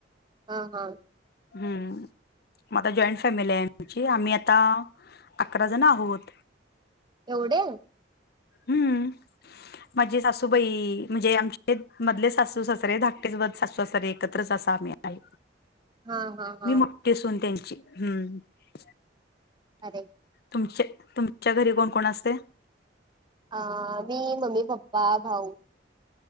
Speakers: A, on the right; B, on the left.
A: हम हम
B: हम् मग जॉईंट फॅमिली आहे आमची आम्ही आता अकरा जण आहोत.
A: एवढे
B: हम्म. माझी सासूबाई म्हणजे आमचे मधले सासू सासरे धाकटे सासू सासरे एकत्रच असा आम्ही आहे.
A: हा. हा हा
B: मी मोठी अस होन त्यांची हम्म
A: अरे <inaudible>
B: तुमचे तुमच्या घरी कोण कोण असते <unintelligible>
A: अ मी मम्मी पप्पा भाऊ